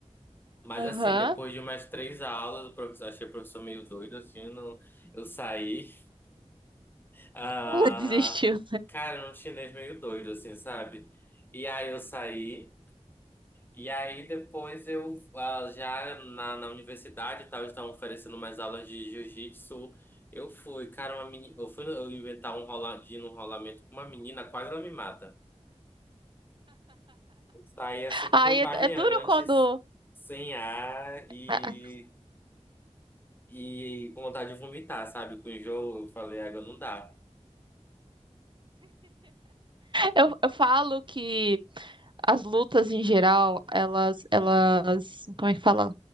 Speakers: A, on the left; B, on the right.
A: Mas
B: Aham.
A: assim, depois de umas três aulas, o professor, achei o professor meio doido, assim, não, eu saí. Ah,
B: <laughs> Desistiu.
A: cara, era um chinês meio doido, assim, sabe? E aí eu saí, e aí depois eu ah, já na, na universidade e tal, estavam oferecendo umas aulas de jiu-jitsu. Eu fui, cara, uma meni... eu fui eu inventar um roladinho, um rolamento com uma menina, quase ela me mata. Saí assim,
B: Aí
A: cambaleante,
B: é, é duro quando
A: sem ar
B: <laughs>
A: e, e com vontade de vomitar, sabe? Com enjoo, eu falei, água não dá.
B: eu, eu falo que as lutas em geral, elas, elas, como é que fala?